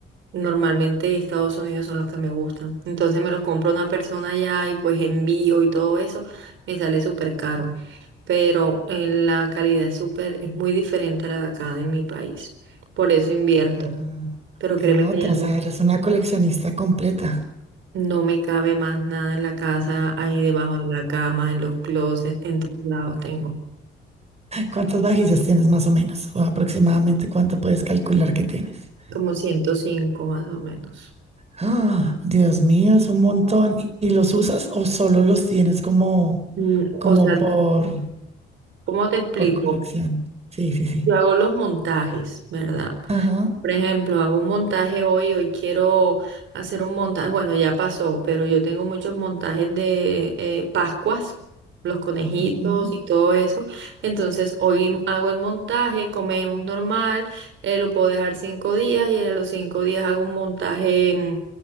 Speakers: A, on the right; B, on the right.
A: normalmente de Estados Unidos son los que me gustan, entonces me los compro una persona allá y pues envío y todo eso, me sale súper caro, pero eh, la calidad es súper, es muy diferente a la de acá de mi país, por eso invierto,
B: No,
A: pero
B: qué
A: créeme
B: nota,
A: que ya no,
B: o sea, eres una coleccionista completa.
A: no me cabe más nada en la casa, ahí debajo de la cama, en los closets, en todos lados tengo.
B: ¿Cuántas vajillas tienes más o menos? O aproximadamente cuánto puedes calcular que tienes.
A: como 105 más o menos.
B: Ah, Dios mío, es un montón. ¿Y y los usas o solo los tienes como,
A: Mm, O
B: como
A: sea,
B: por,
A: ¿cómo te explico?
B: por colección? Sí, sí, sí.
A: Yo hago los montajes, ¿verdad?
B: Ajá,
A: Por ejemplo, hago un montaje hoy, hoy quiero hacer un montaje, bueno, ya pasó, pero yo tengo muchos montajes de eh, Pascuas, los conejitos
B: ujú,
A: y todo eso. Entonces, hoy hago el montaje, comemos normal, eh, lo puedo dejar cinco días y a los cinco días hago un montaje mm,